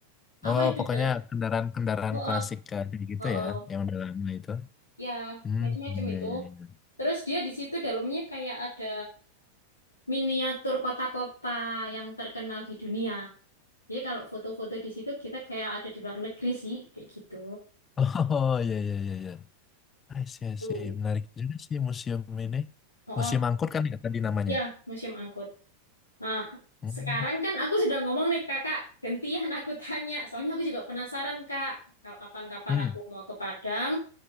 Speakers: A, on the left; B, on the left.
A: apa
B: Oh,
A: ya kendaraan?
B: pokoknya kendaraan-kendaraan
A: Oh,
B: klasik
A: oh,
B: eh, kayak gitu
A: oh, oh.
B: ya, yang udah lama itu.
A: Ya,
B: Hmm,
A: macam-macam
B: iya,
A: itu.
B: iya, iya.
A: Terus dia di situ dalamnya kayak ada miniatur kota-kota yang terkenal di dunia. Jadi kalau foto-foto di situ kita kayak ada di luar negeri sih, kayak gitu.
B: Oh, iya, iya, iya, iya. I see, I
A: Tuh.
B: see. Menarik juga sih museum ini.
A: Oh,
B: Museum
A: oh.
B: angkut kan ya tadi namanya.
A: Ya, museum angkut. Nah,
B: Hmm,
A: sekarang kan aku sudah ngomong nih kakak, gantian aku tanya. Soalnya aku juga penasaran kak, kalau kapan-kapan
B: hmm,
A: aku mau ke Padang,